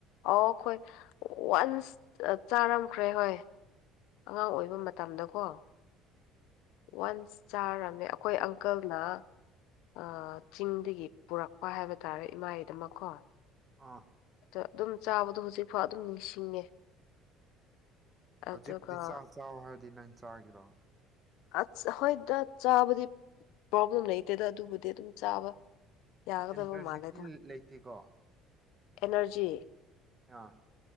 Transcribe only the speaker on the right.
ꯑꯥ
ꯍꯧꯖꯤꯛꯄꯨꯗꯤ ꯆꯥꯛ ꯆꯥꯎ ꯍꯥꯏꯔꯗꯤ ꯅꯪ ꯆꯥꯒꯤꯔꯣ
ꯑꯦꯂꯇꯔꯖꯤꯛꯇꯤ
ꯂꯩꯇꯦꯀꯣ
ꯑꯥ